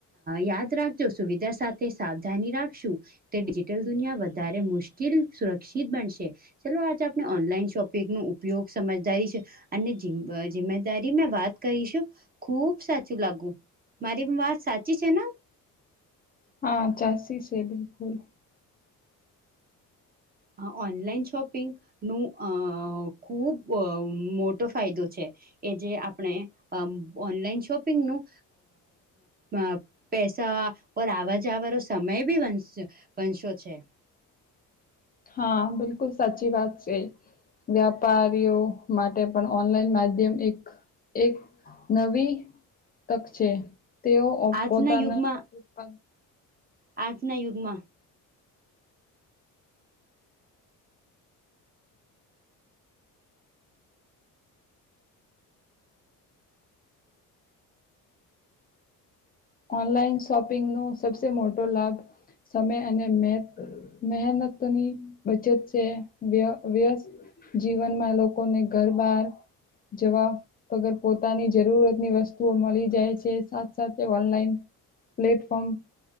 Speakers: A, on the right; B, on the left.
A: યાદ રાખજો સુવિધા સાથે સાવધાની રાખશું તે ડિજિટલ દુનિયા વધારે મુશ્કેલ સુરક્ષિત બનશે ચલો આજે આપણે ઓનલાઇન શોપિંગ ન ઉપયોગ સમજદારી અને જી દારી મેં વાત કરીશું ખુબ સાચું લાગુ મારી વાત સાચી છે ને
B: હા ચાશી છે બિલકુલ
A: આ ઓનલાઈન શોપિંગ નું અ ખૂબ મોટો ફાયદો છે. એટલે આપણે ઓનલાઈન શોપિંગનું અ પેસા ઓર આવવા જવારો સમય બી બચ્યું છે.
B: હા બિલકુલ સાચી વાત છે. વ્યાપારીઓ માટે પણ ઓનલાઈન માધ્યમ એક એક નવી તક છે. તેઓ અ
A: આજના
B: પોતાના
A: યુગમાં
B: ઉત્પાદ
A: આજના યુગમાં
B: ઓનલાઈન શોપિંગનું સબસે મોટો લાભ સમય અને મે મહેનતની બચત છે વ્ય વ્યસ્ત જીવનમાં લોકોને ઘર બાર જવા પગર પોતાની જરૂરતની વસ્તુઓ મલી જાય સાથ સાથ ઓનલાઈન પ્લેટફોર્મ